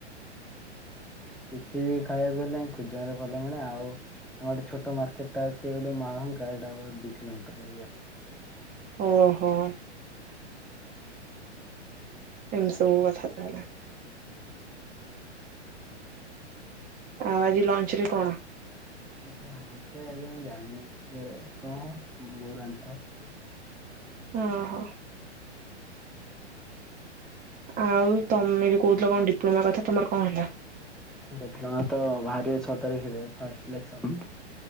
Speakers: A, in the centre; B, on the right.
A: କିଛି ବି ଖାଇବାକୁ ହେଲେ କୁଜଙ୍ଗରେ ଭଲ ମିଳେ ଆଉ ଆମ ଡେ ଗୋଟେ ଛୋଟ ମାର୍କେଟ ଅଛି ଗୋଟେ ମାଳହଙ୍କା ଟା ହବ ଦି କିଲୋମିଟର ଭଳିଆ।
B: ଓହୋ। ଏମତି ସବୁ କଥା ତାହାଲେ। ଆଉ ଆଜି ଲଞ୍ଚ୍ ରେ କଣ?
A: <unintelligible> ସେ ଆଜି ମୁଁ ଜାଣିନି କିଏ କଣ ବୋଉ ରନ୍ଥିବ।
B: ଓହୋ। ଆଉ ତମେ ଯଉ କହୁଥିଲ କଣ ଡିପ୍ଲୋମା କଥା ତମର କଣ୍ ହେଲା?
A: ଡିପ୍ଲୋମା ତ‌ ବାହାରିବ ଛଅ ତାରିଖିରେ ଫାଷ୍ଟ୍ ସିଲେକ୍ସନ୍।